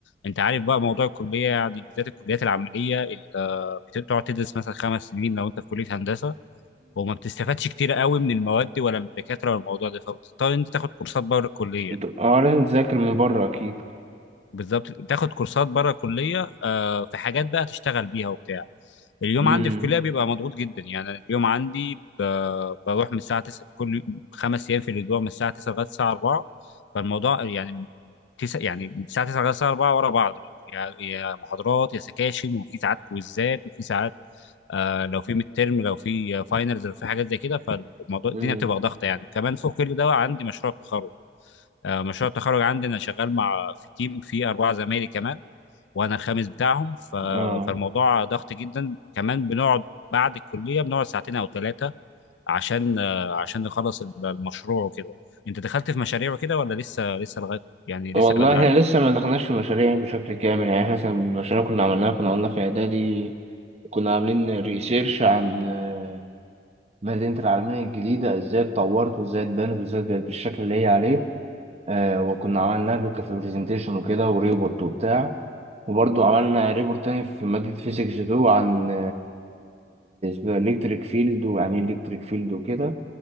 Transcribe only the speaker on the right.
انتوا اه لازم تذاكر من بره اكيد
امم
امم
اه
والله
احنا
لسه ما دخلناش في مشاريع بشكل كامل يعني احنا مثلا المشاريع كنا عملناها كنا قلنا في اعدادي كنا عاملين ريسيرش عن آه، مدينة العالمية الجديدة ازاي اتطورت وازاي اتبنت وازاي بقت بالشكل اللي هي عليه آه وكنا عملناها بك في برزنتيشن وكده وريبورت وبتاع وبرضو عملنا ريبورت تاني في مادة فيزيكس 2 عن الإلكتريك فيلد ويعني إيه إلكتريك فيلد وكده